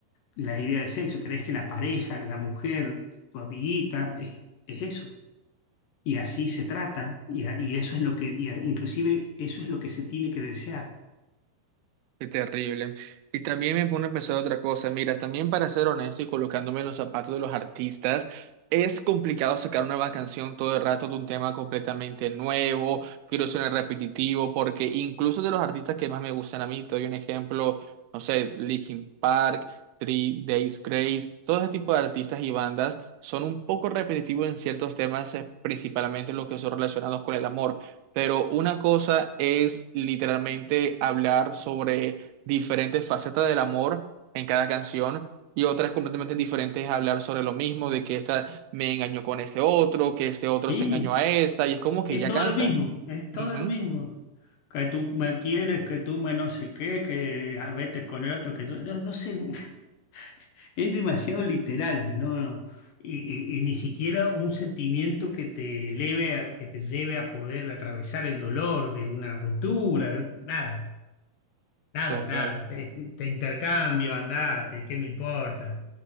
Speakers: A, on the left (about 70°); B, on the right (about 90°).
A: la idea de sexo, crees que la pareja, la mujer, tu amiguita, es, es eso. Y así se trata, y, a- y eso es lo que, y a- inclusive eso es lo que se tiene que desear.
B: Qué terrible. Y también me pone a pensar otra cosa. Mira, también para ser honesto y colocándome en los zapatos de los artistas, es complicado sacar una nueva canción todo el rato de un tema completamente nuevo, que no suene repetitivo, porque incluso de los artistas que más me gustan a mí, te doy un ejemplo, no sé, Linkin Park, Three Days Grace, todo ese tipo de artistas y bandas son un poco repetitivos en ciertos temas, eh, principalmente los que son relacionados con el amor. Pero una cosa es literalmente hablar sobre diferentes facetas del amor en cada canción y otra es completamente diferente es hablar sobre lo mismo, de que esta me engañó con este otro, que este otro
A: Sí,
B: se engañó a esta y es como que
A: es
B: ya
A: todo
B: cansa.
A: lo mismo, es todo
B: Ujú,
A: lo mismo. Que tú me quieres, que tú me no sé qué, que ah, vete con el otro, que yo, no, no sé, <laughs> es demasiado literal, ¿no? Y, y- y ni siquiera un sentimiento que te eleve a- que te lleve a poder atravesar el dolor de una ruptura, nada. Nada,
B: total.
A: nada, te, te intercambio, andate, ¿qué me importa?